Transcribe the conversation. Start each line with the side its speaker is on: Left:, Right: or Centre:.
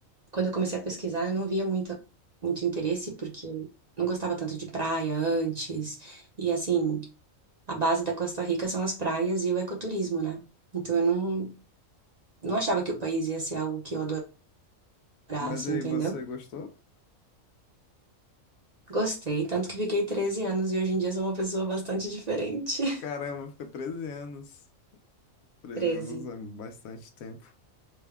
Right: quando eu comecei a pesquisar, eu não via muita, muito interesse, porque eu não gostava tanto de praia antes. E assim. a base da Costa Rica são as praias e o ecoturismo, né? Então eu não, não achava que o país ia ser algo que eu adorasse,
Left: Mas aí,
Right: entendeu?
Left: você gostou?
Right: Gostei, tanto que fiquei 13 anos e hoje em dia sou uma pessoa bastante diferente. <laughs>
Left: Caramba, ficou 13 anos. 13
Right: 13.
Left: anos é bastante tempo.